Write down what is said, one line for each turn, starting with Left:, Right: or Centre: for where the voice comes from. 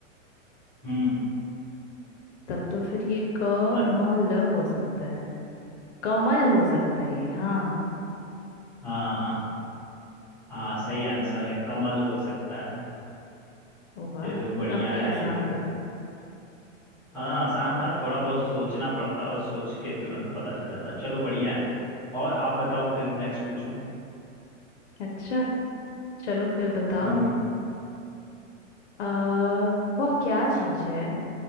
Centre: हम्म
Left: तब तो फिर ये क
Centre: और
Left: म ल हो सकता है कमल हो सकता है ये हाँ
Centre: हाँ हाँ हाँ सही आंसर है कमल हो सकता है
Left: वाह
Centre: चलो
Left: ये तो
Centre: बढ़िया
Left: काफी
Centre: है
Left: आसान
Centre: ये तो
Left: था
Centre: हाँ आसान था थोड़ा बहुत सोचना पड़ता और सोच के तुरंत पता चल जाता चलो बढ़िया है और आप बताओ फिर नेक्स्ट पूछो
Left: अच्छा चलो फिर बताओ
Centre: हम्म
Left: आ वह क्या चीज है